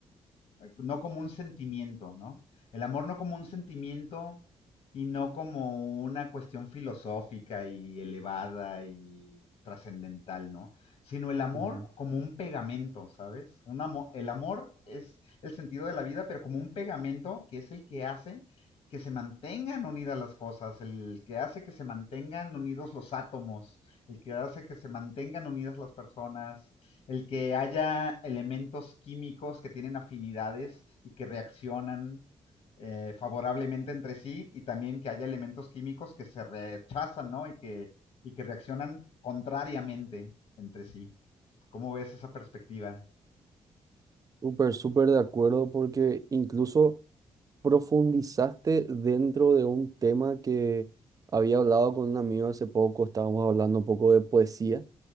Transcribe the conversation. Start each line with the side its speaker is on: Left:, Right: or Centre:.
Left: no como un sentimiento, ¿no? El amor no como un sentimiento y no como una cuestión filosófica y elevada y trascendental, ¿no? Sino el amor
Right: Ujú.
Left: como un pegamento, ¿sabes? Un amor, el amor es el sentido de la vida, pero como un pegamento que es el que hace que se mantengan unidas las cosas, el que hace que se mantengan unidos los átomos, el que hace que se mantengan unidas las personas, el que haya elementos químicos que tienen afinidades y que reaccionan eh, favorablemente entre sí y también que haya elementos químicos que se rechazan, ¿no? Y que, y que reaccionan contrariamente entre sí. ¿Cómo ves esa perspectiva?
Right: Súper, súper de acuerdo porque incluso profundizaste dentro de un tema que había hablado con un amigo hace poco, estábamos hablando un poco de poesía